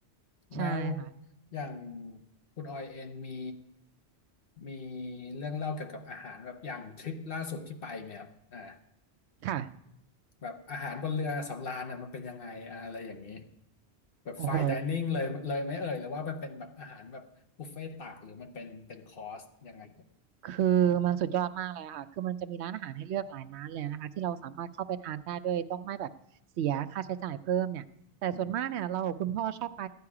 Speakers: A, on the right; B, on the left.
A: ใช่ค่ะ
B: แล้วอย่างคุณออยเองมีมีเรื่องเล่าเกี่ยวกับอาหารแบบอย่างทริปล่าสุดที่ไปไหมครับอ่า
A: ค่ะ
B: แบบอาหารบนเรือสำราญน่ะมันเป็นยังไงอ่าอะไรอย่างนี้แบบไฟน์ไดนิ่งเลยเลยไหมเอ่ยหรือว่ามันเป็นแบบอาหารแบบบุฟเฟ่ต์ตักหรือมันเป็นเป็นคอร์สยังไงเอ่ย
A: โอ้โห คือมันสุดยอดมากเลยอะค่ะคือมันจะมีร้านอาหารให้เลือกหลายร้านเลยนะคะที่เราสามารถเข้าไปทานได้ด้วยต้องไม่แบบเสียค่าใช้จ่ายเพิ่มเนี่ยแต่ส่วนมากเนี่ยเราคุณพ่อชอบไป
B: อืม